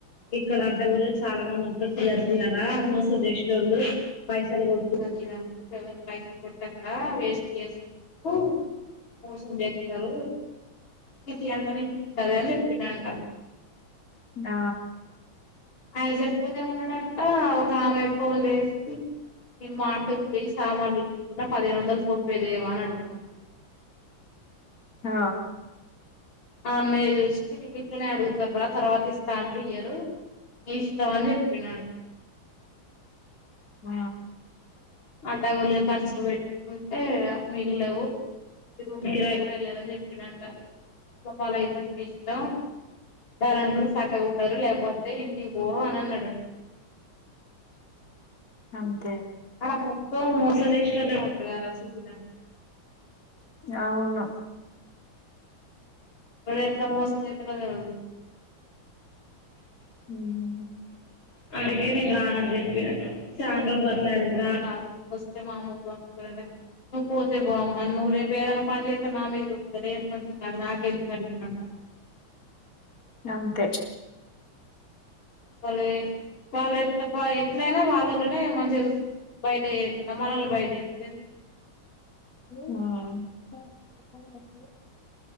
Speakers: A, on the left; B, on the left.
A: ఇక్కడ అత్త కూడా చాలా మంది ఉంటంది చిల్ల చిల్లరా మోసం చేసేటోళ్లు పైసలు కొంటున్నది ఇడ పైసలు కొ ఆ వేస్ ఎక్కువు మోసం చేస్తారు సిటీ అందని కదల్ చెప్పిండంట
B: ఆ
A: ఆయన చెప్తూనే ఉన్నాడంట ఒక ఆమె ఫోన్ చేసి నేను మార్ట్ ఉంది సామాన్లుకొనుకున్న పదిహేను వందలు ఫోన్ పే చేయవా అని అడుగుతుది
B: హ
A: అన్నయ్య చూసి ఇట్లనే అడుగుతారా తర్వాత ఇస్తా అంటరూ ఇయరు ని ఇష్టం అని చెప్పినడు
B: ఆ
A: అడగొల్గా ఖర్చులు పెట్టుకుంటే మిగలవు కిరాయి కూడా వెళ్లాలని చెప్పిండంట పాపం అలాయితే ఎక్కడిస్తావ్ ఉండాలనుకుంటే చక్కగా ఉంటరు లేకపోతే ఇంటికీపో అని అన్నాడు
B: అవును
A: అడా మొత్తం మోసంజేసేట్లో ఉన్నారసాలకి ఇలాన్
B: అవును
A: డెంట్ల మోసం చేతాడో తెల్వదు
B: హ్మ్
A: అందుకే నేను రానని చెప్పిన సండ్రోలు బతిమ్లాడింది రా రాదు వస్తే మామూలు పంపించారు అంటే నువ్వు పోతే పో అమ్మ నువ్ రేపు ఏదైనా పన్ చేతే మ మీదకు అదే మంచిది <unintelligible>
B: అంతే
A: వాలే వాళ్ళు ఎ ఎట్లైనా వాళ్ళలోనే మంచిగా బైట ఏయకున్నా మనల్ని బైటతారు ఎందుకు
B: ఆ